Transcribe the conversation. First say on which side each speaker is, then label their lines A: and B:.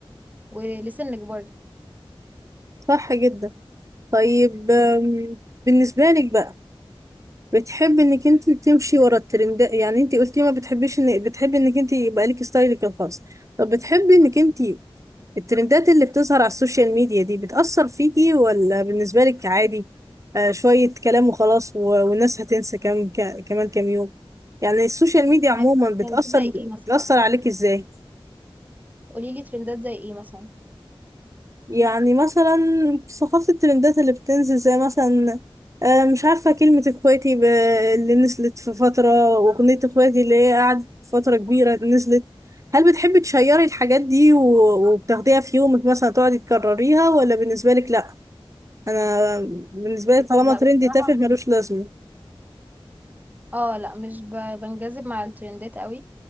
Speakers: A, on the right (about 15°); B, on the right (about 35°).
A: ولسنك برضه
B: صح جدا طيب آم، بالنسبة لك بقى بتحب انك انت تمشي ورا الترندات يعني انت قلتي ما بتحبيش ان بتحبي انك انت يبقى لك ستايلك الخاص طب بتحبي انك انت الترندات اللي بتظهر على السوشيال ميديا دي بتأثر فيكي ولا بالنسبة لك عادي آه شوية كلام وخلاص و- والناس هتنسى كم ك- كمان كام يوم يعني السوشيال ميديا عموما
A: يعني
B: بتأثر
A: ترندات زي ايه مثلا
B: بتأثر عليك ازاي
A: قولي لي ترندات زي ايه مثلا
B: يعني مثلا ثقافة الترندات اللي بتنزل زي مثلا آه مش عارفة كلمة اخواتي ب- اللي نزلت في فترة وأغنية اخواتي اللي هي قعدت فترة كبيرة نزلت هل بتحبي تشيري الحاجات دي و- وبتاخديها في يومك مثلا تقعدي تكرريها ولا بالنسبة لك لأ؟ انا بالنسبه لي طالما
A: لا
B: ترندي
A: بصراحة
B: تافه ملوش لازمه
A: اه لا مش ب- بنجذب مع الترندات قوي